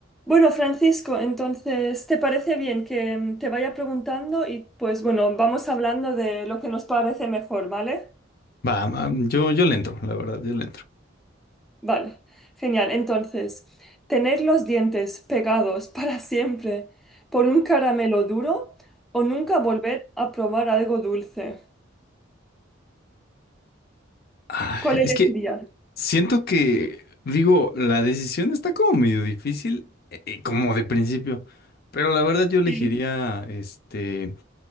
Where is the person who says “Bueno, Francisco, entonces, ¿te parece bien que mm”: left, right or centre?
Centre